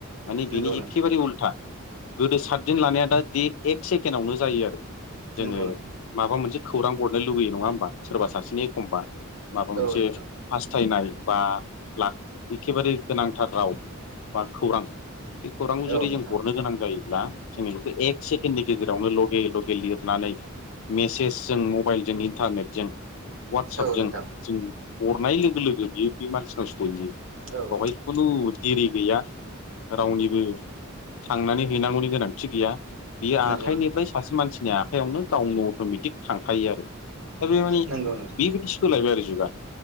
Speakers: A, on the left; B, on the right.
A: माने
B: नंगौ
A: बिनि
B: नोंथां
A: एखेबारे उल्था गोदो सातदिन लानाया दा एक सेकेणडावनो जायो आरो। जोङो
B: नंगौ नोंथां
A: माबा मोनसे खौरां हरनो लुबैयो नङा होमबा सोरबा सासेनि एखमबा माबा मोनसे
B: औ नोंथां
A: हास्थायनाय बा एखेबारे गोनांथार राव बा खौरां बे खौरांखौ जुदि
B: औ नोंथां
A: जों हरनो गोनां जायोब्ला जोङो बेखौ एक सेकेण्ड नि गेजेरावनो लगे लगे लिरनानै मेसेजजों मबाइलजों इन्टारनेटजों वाट्सपजों
B: औ नोंथां
A: जों हरनाय लोगो लोगो बियो बे मानसिन सहैयो।
B: औ
A: बावहाय
B: नोंथां
A: खुनु दिरि गैया रावनिबो थांनानै हैनांगौनि गोनांथि गैया। बियो आखाइनिफ्राय
B: नंगौ नोंथां
A: सासे मानसिनि आखाइयावनो गावनि अट'मेटिक थांखायो आरो। दा बे माने
B: नंगौ नोंथां
A: बेबायदि सोलायबाय आरो जुगा